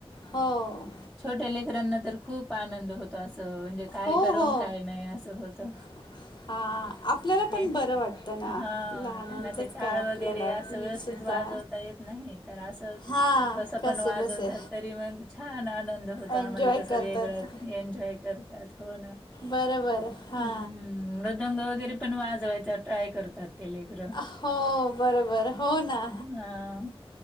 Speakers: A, on the left; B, in the centre.
A: हो.
B: छोट्या लेकरांना तर खूप आनंद होतो असं म्हणजे काय?
A: हो
B: करून
A: हो
B: काय नाही असं होतं.
A: होतं. हा आपल्याला पण
B: ते
A: बरं वाटतं ना
B: हा
A: लहानांचंच
B: त्यांना ते टाळ
A: काय आपल्याला
B: वगैरे असं व्यवस्-
A: सुद्धा
B: -थितवाजवता येत नाही तर असच
A: हां
B: कसं
A: कसे
B: पण वाजवतात
A: बसे
B: तरी मग छान आनंद हो- -आम्हाले
A: एन्जॉय
B: कसं
A: करतात
B: वेगळं एन्जॉय करतात हो ना.
A: बरं बरं हा.
B: हम्म, मृदंग वगैरे पण वाजवायचा ट्राय करतात. ते लेकरं
A: हो बरोबर हो ना
B: हां.